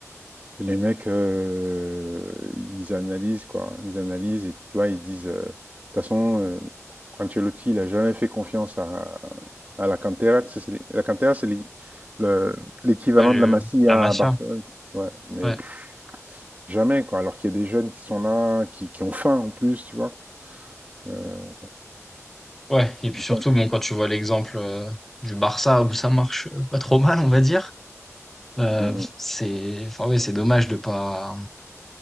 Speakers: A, on the right; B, in the centre.
A: Les mecs, euh, ils analysent, quoi. Ils analysent et tu vois, ils disent. euh, De toute façon, euh, Ancelotti, il n'a jamais fait confiance à, à la Cantera. Tu sais, c'est les- La Cantera, c'est les- le- l'équivalent
B: ouais, le-
A: de la Masia
B: la Masia.
A: à Barcelone. Ouais, mais
B: Ouais,
A: pff, jamais, quoi. Alors qu'il y a des jeunes qui sont là, qui, qui ont faim en plus, tu vois. Euh,
B: ouais. Et puis surtout,
A: Ja-
B: bon, quand tu vois l'exemple euh, du Barça où ça marche euh, pas trop mal, on va dire. euh,
A: Mm, mm.
B: c'est, enfin ouais, c'est dommage de pas